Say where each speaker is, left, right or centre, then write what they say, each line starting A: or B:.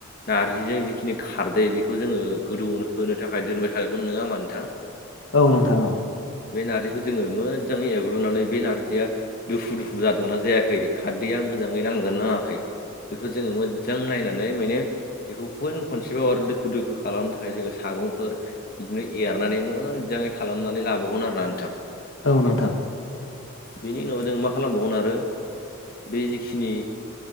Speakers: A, on the left; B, on the left.
A: नारजिजों जिखिनि खारदै बेखौ जोङो गोदौ होनो होनो थाखाय दोनबाय थादोंमोन नङा होमबा नोंथां।
B: औ नोंथां औ।
A: बे नारजिखौ जोङो मोजाङै एवग्रोनानै बे नारजिया दुफु दुफु जादोंना जायाखै खारदैया मोजाङै नांदोंना खै बेखौ जोङो मोजां नायनानै माने बेखौ फुन खनसेबाव आरो दोफु दुफु खालामनो थाखाय जोङो सागंफोर बिदिनो एरनानै मोजाङै खालामनानै लाबावगोन आरोना नोंथां।
B: औ नोंथां।
A: बेनि उनाव जों मा खालामबावगोन आरो बे जिखिनि